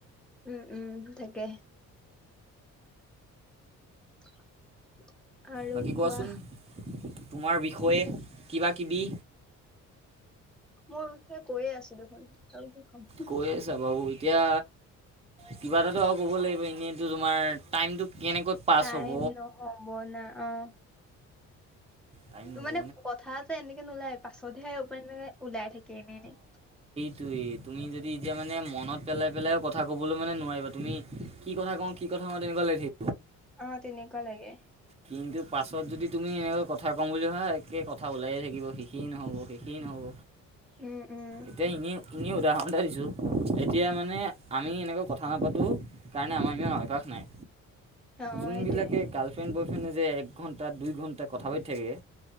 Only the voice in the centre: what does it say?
উম, উম তাকে। <unintelligible>
কোৱা
মোৰ বিষয়ে কৈ আছোঁ দেখোন আৰু কি ক'ম।
টাইম
নহ'ব না অ'।
মানে কথা যে এনেকে নোলায় পাছতহে এ ওলাই থাকে এনে এনেই।
অ', তেনেকুৱা লাগে।
উম, উম।
অ',
সেইটোয়ে